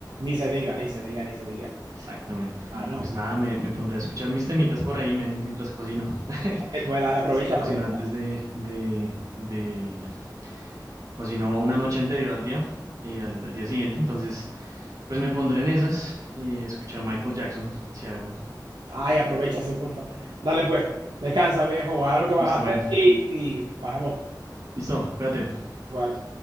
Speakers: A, on the right; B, on the right.
A: Ni se diga, ni se diga, ni se diga.
B: Exacto, men.
A: Mano,
B: Pues nada, me, me pondré a escuchar mis temitas por ahí, men, mientras cocino. <laughs>
A: dale, pues dale, aprovecha,
B: Es que cocino
A: aprovecha.
B: antes de, de, del... Cocino una noche anterior al día y al, al día siguiente, entonces, pues me pondré en esas y escuchar Michael Jackson, si hago.
A: Ay, aprovecha, sí, porfa. Dale, pues, descansa, viejo, haz lo que vas
B: Listo,
A: a hacer
B: men.
A: y, y pasemos
B: Listo, cuídate.
A: igual.